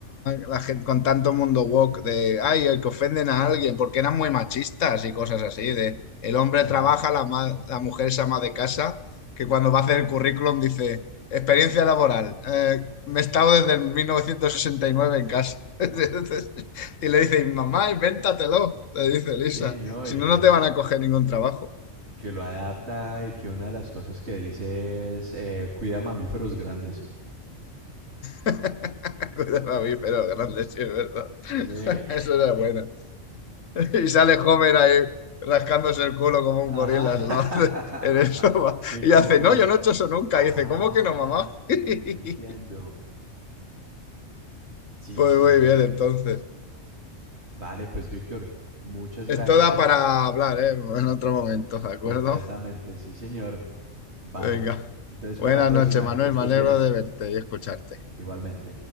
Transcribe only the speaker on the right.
Ujú.
Sí, no,
y
que,
que lo adapta y que una de las cosas que dice es eh, cuida mamíferos grandes.
Sí. <laughs>
Ajá.
<laughs>
Y
Como
que
marcha.
Ah,
entiendo. Sí,
sí,
muy
bueno.
Vale, pues Víctor, muchas
gracias.
Completamente,
sí, señor. Vale.
Entonces,
para la próxima,
que estés
bien.
Igualmente.